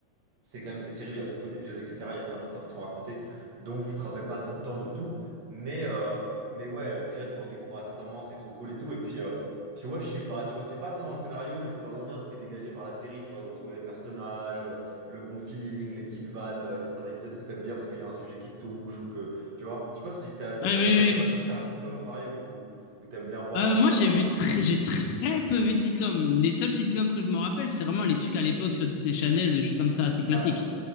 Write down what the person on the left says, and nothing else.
ouais
oui,
oui,
Euh,
moi, j'ai vu très, j'ai très peu vu de sitcoms. Les seuls sitcoms que je me rappelle, c'est vraiment les trucs à l'époque sur Disney Channel, des choses comme ça, c'est classique.